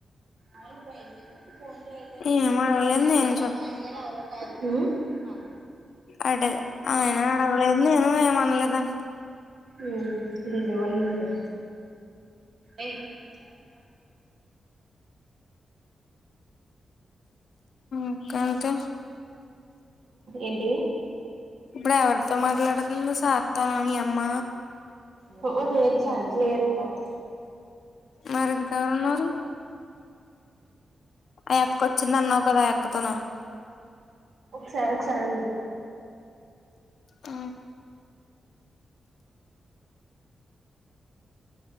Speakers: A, on the right; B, on the left.
A: అవును బయటికి ఫోన్ అయితే మ
B: ఏం అడగలేదు నేను
A: చెల్లలో అయన అ అత్తు ఆ
B: అడగా ఆయన అడగలేదు నేను ఏం అనలేదా
A: ఉ బిజీగా వున్నింటదా ఏ ఎ
B: ఇంకంతే
A: ఏంటి
B: ఇప్పుడు ఎవరితో మాట్లాడుతుంది సార్తోనా మీ అమ్మ
A: పోసచ్చ క్లియర్గానే
B: మరి ఇంకెవరున్నారు ఆ అక్క వచ్చింది అన్నావు కదా ఆ అక్కతోన
A: ఒకసారి ఒకసారిడు
B: ఆ